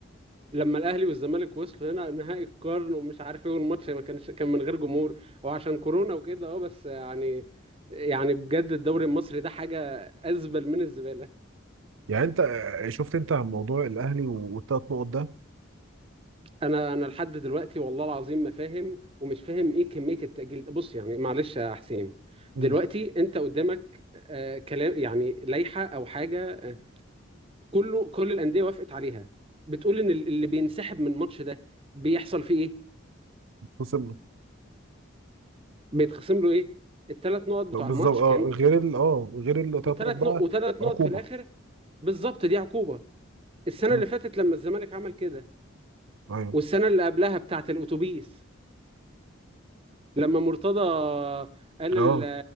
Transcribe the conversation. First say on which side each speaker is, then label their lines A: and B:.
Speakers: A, on the right; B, on the right.
A: لما الاهلي والزمالك وصلوا هنا نهائي القرن ومش عارف ايه والماتش ما كانش كان من غير جمهور هو عشان كورونا وكده اه بس يعني يعني بجد الدوري المصري ده حاجة أزبل من الزبالة
B: يعني انت شفت انت عن موضوع الاهلي والثلاث نقط ده
A: انا انا لحد دلوقتي والله العظيم ما فاهم ومش فاهم ايه كميه التاجيل ده بص يعني معلش يا حسين
B: مم.
A: دلوقتي انت قدامك آه كلام يعني لائحه او حاجه آه كله كل الانديه وافقت عليها بتقول ان ال- اللي بينسحب من الماتش ده بيحصل فيه ايه
B: خصم
A: بيتخصم له ايه الثلاث نقط بتوع
B: بالظبط
A: الماتش
B: اه
A: كان
B: غير ال اه غير الثلاث
A: والثلاث
B: نقط بقى
A: نقط وثلاث
B: عقوبه
A: نقط في الاخر بالظبط دي عقوبه السنه
B: مم.
A: اللي فاتت لما الزمالك عمل كده
B: ايوه
A: والسنه اللي قبلها بتاعه الاتوبيس لما مرتضى قال
B: اه
A: ال-